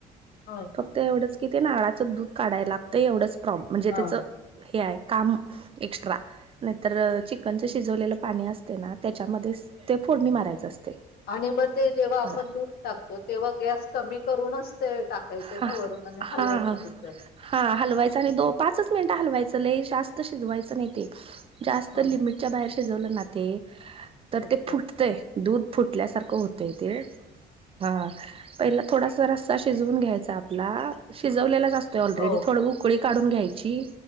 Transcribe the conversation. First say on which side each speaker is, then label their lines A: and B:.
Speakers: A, on the left (about 65°); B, on the right (about 35°).
A: हो का
B: फक्त एवढंच की ते नाळाचं दूध काढायला लागतं एवढंच प्रॉब् म्हणजे
A: हा.
B: त्याच हे आहे काम एक्स्ट्रा नाहीतर चिकनचं शिजवलेलं पाणी असते ना त्याच्यामध्ये ते फोडणी मारायंच असते
A: आणि मग ते जेव्हा आपण
B: खडा
A: दूध टाकतो तेव्हा गॅस कमी करूनच ते टाकायचंय
B: ह
A: ना वरून आणि हलवत
B: हा
A: राहायचंय.
B: हा हलवायच आणि दो पाचच मिनटं हलवायच च जास्त शिजवायच नाही ते जास्त
A: हा.
B: लिमिटच्या बाहेर शिजवलं ना ते तर
A: फक्त
B: ते फुटतंय दूध फुटल्यासारखं होतंय ते हा पहिला थोडासा रस्सा शिजवून घ्यायचा आपला शिजवलेला असतोय ऑलरेडी
A: हो.
B: थोडं उकळी काढून घ्यायची